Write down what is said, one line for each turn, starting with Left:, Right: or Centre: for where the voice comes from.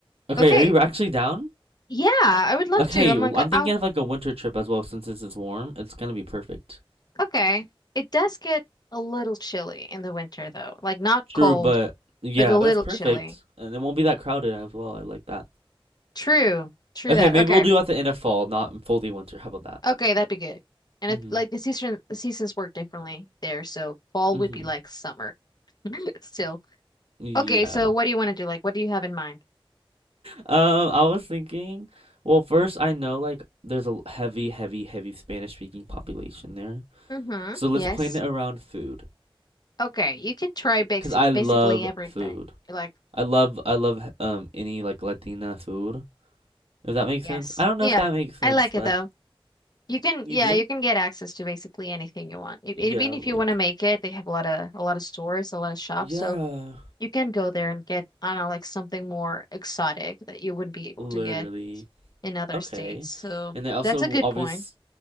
Right: Okay,
Left: Okay.
Right: are you actually down?
Left: Yeah, I would love
Right: Okay,
Left: to. I'm
Right: well,
Left: like,
Right: I'm thinking
Left: oh,
Right: of like a winter trip as well since it's, it's warm. It's gonna be perfect.
Left: okay. It does get a little chilly in the winter though. Like not
Right: True,
Left: cold,
Right: but yeah,
Left: but a little
Right: that's perfect.
Left: chilly.
Right: And it won't be that crowded as well. I like that.
Left: True. True
Right: Okay,
Left: that.
Right: maybe
Left: Okay.
Right: we'll do at the end of fall, not fully winter. How about that?
Left: Okay, that'd be good. And
Right: Mm-hmm.
Left: it's like the season the seasons work differently there, so fall
Right: Mm-hmm.
Left: would be like summer <laughs> still.
Right: Yeah.
Left: Okay, so what do you want to do? Like, what do you have in mind?
Right: Um, I was thinking, well, first I know like there's a heavy, heavy, heavy Spanish speaking population there.
Left: Mm-hmm.
Right: So let's
Left: Yes.
Right: plan it around food.
Left: Okay, you can try basic
Right: because I love
Left: basically everything.
Right: food.
Left: You're like,
Right: I love I love um any like Latina food. If that makes
Left: yes.
Right: sense. I don't know
Left: Yeah,
Right: if that makes sense,
Left: I like it
Right: but
Left: though. You can,
Right: you
Left: yeah,
Right: do.
Left: you can get access to basically anything you want. E-
Right: Yeah,
Left: Even if
Right: like
Left: you want to make it, they have a lot of a lot of stores, a lot of shops,
Right: yeah,
Left: so you can go there and get, I don't know, like something more exotic that you wouldn't be able
Right: literally.
Left: to get in other
Right: Okay,
Left: states. So
Right: and then also
Left: that's a good
Right: obvious.
Left: point.